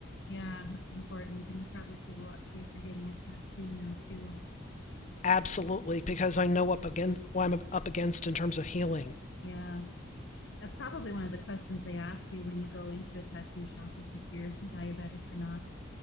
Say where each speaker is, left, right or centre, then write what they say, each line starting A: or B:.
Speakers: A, on the left (about 65°); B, on the left (about 40°).
A: yeah. That's important, and you probably feel a lot safer getting a tattoo now too.
B: absolutely because I know up again what I'm up against in terms of healing.
A: Yeah. That's probably one of the questions they ask you when you go into a tattoo shop is if you're diabetic or not.